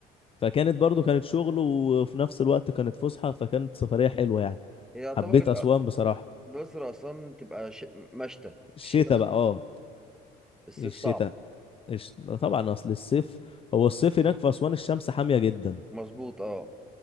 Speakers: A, on the left (about 35°); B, in the centre.
A: فكانت برضو كانت شغل وفي نفس الوقت كانت فسحة فكانت سفرية حلوة يعني
B: هي يعتبر
A: حبيت
B: ال-
A: أسوان بصراحة
B: الأقصر أصلا تبقى ش... مشتى في
A: الشتاء
B: الشتاء بس
A: بقى اه
B: الصيف
A: الشتاء
B: صعب
A: الش... طبعا اصل الصيف هو الصيف هناك في اسوان الشمس حاميه جدا
B: مظبوط اه